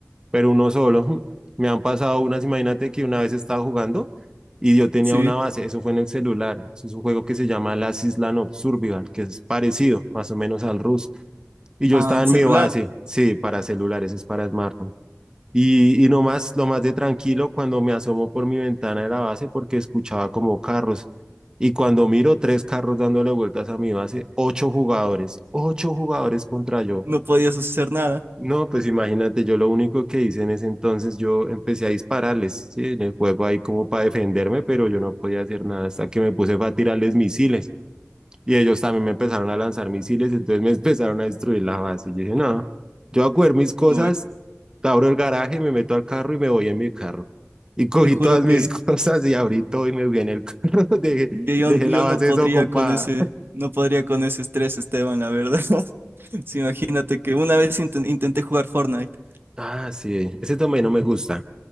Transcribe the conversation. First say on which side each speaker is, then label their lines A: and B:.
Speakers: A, on the right; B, on the right.
A: Pero uno solo, <laughs> mm, me han pasado unas, imagínate que una vez estaba jugando y yo tenía
B: sí.
A: una base, eso fue en el celular, eso es un juego que se llama Last Island of Survival, que es parecido más o menos al Rust. Y yo
B: Ah,
A: estaba
B: en
A: en
B: celular.
A: mi base, sí, para celulares, es para smartphone. Y, y no más, lo más de tranquilo cuando me asomo por mi ventana de la base porque escuchaba como carros. Y cuando miro tres carros dándole vueltas a mi base, ocho jugadores, ocho jugadores contra yo.
B: no podías hacer nada.
A: No, pues imagínate, yo lo único que hice en ese entonces, yo empecé a dispararles, ¿sí? En el juego ahí como para defenderme, pero yo no podía hacer nada hasta que me puse fue a tirarles misiles. Y ellos también me empezaron a lanzar misiles, entonces me <laughs> empezaron a destruir la base. Y yo dije, no, yo voy a coger mis cosas,
B: Uy,
A: abro el garaje, me meto al carro y me voy en mi carro. Y cogí
B: te juro
A: todas
B: que,
A: mis <laughs> cosas y abrí todo y me fui en el carro, <laughs> dejé,
B: que yo,
A: dejé
B: yo
A: la base
B: no podría
A: desocupada.
B: con ese, no podría con ese estrés, Esteban, la verdad. <laughs> Sí, imagínate que una vez inten- intenté jugar Fortnite.
A: Ah, sí, ese también no me gusta.